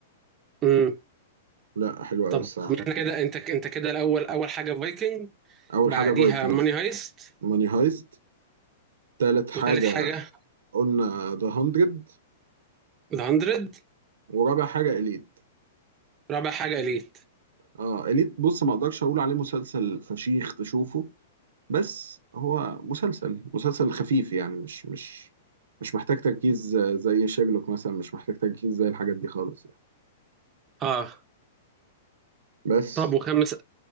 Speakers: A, on the right; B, on the right.
A: امم
B: لا حلو قوي
A: طب
B: الصراحه
A: احنا كده انت انت كده الاول اول حاجه فايكنج
B: اول
A: بعديها
B: حاجه فايكنجز
A: ماني هايست
B: ماني هايست تالت حاجه
A: وتالت حاجه
B: قلنا ذا 100
A: ذا 100
B: ورابع حاجه اليت
A: رابع حاجه اليت
B: اه اليت بص ما اقدرش اقول عليه مسلسل فشيخ تشوفه بس هو مسلسل مسلسل خفيف يعني مش مش مش محتاج تركيز زي شيرلوك مثلا مش محتاج تركيز زي الحاجات دي خالص يعني
A: اه
B: بس
A: طب وخامس